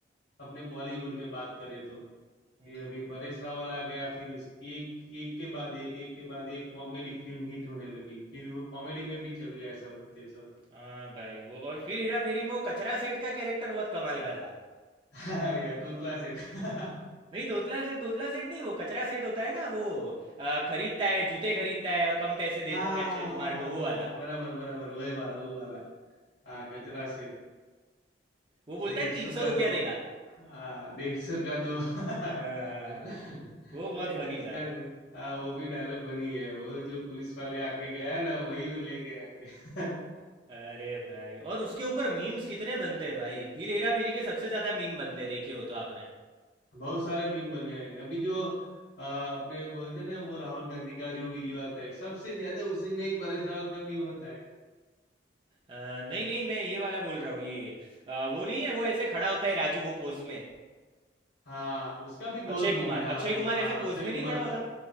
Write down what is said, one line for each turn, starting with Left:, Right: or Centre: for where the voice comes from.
Left: अपने बॉलीवुड में बात करें तो
Right: हम्म,
Left: ये अभी परेश रावल आ गया फिर उसकी एक एक के बाद एक एक के बाद एक कॉमेडी फिल्म हिट होने लगी फिर वो कॉमेडी में भी चल गया ऐसा बोलते हैं सब
Right: हाँ भाई वो और फिर हेरा फेरी में वो कचरा सेठ का कैरेक्टर बहुत कमाल का था
Left: <laughs> अरे यार तोतला सेठ <laughs>
Right: नहीं तोतला से तोतला सेठ नहीं वो कचरा सेठ होता है ना वो आ, खरीदता है जूते खरीदता है और कम पैसे
Left: हाँ
Right: देता है अक्षय कुमार को वो वाला
Left: बराबर बराबर वही वाला वो वाला हाँ कचरा सेठ
Right: वो बोलता
Left: डेढ़
Right: है
Left: सौ
Right: तीन
Left: का
Right: सौ रुपया
Left: दो
Right: देगा
Left: हाँ डेढ़ सौ का दो <laughs>
Right: हाँ,
Left: अरे
Right: वो बहुत फनी
Left: उसका
Right: था
Left: हाँ वो भी डायलॉग बनी है वो जो पुलिस वाले आके गया ना वही ले गया आके <laughs>
Right: अरे भाई और उसके ऊपर मीम्स कितने बनते हैं भाई फिर हेरा फेरी के सबसे ज्यादा मीम बनते हैं देखे हो तो आपने
Left: बहुत सारे मीम बने हैं अभी जो अ, अपने बोलते हैं ना वो राहुल गांधी का जो वीडियो आता है सबसे ज्यादा उसी में ही परे सवाल का मीम होता है
Right: अ, नहीं नहीं मैं ये वाला बोल रहा हूँ ये अ, वो नहीं है वो ऐसे खड़ा होता है राजू वो पोज में
Left: हाँ उसका भी बहुत
Right: अक्षय
Left: मीम
Right: कुमार
Left: है हाँ
Right: अक्षय
Left: वो
Right: कुमार
Left: हाँ
Right: ऐसे
Left: अक्षय
Right: पोज में
Left: कुमार
Right: नहीं खड़ा होता
Left: का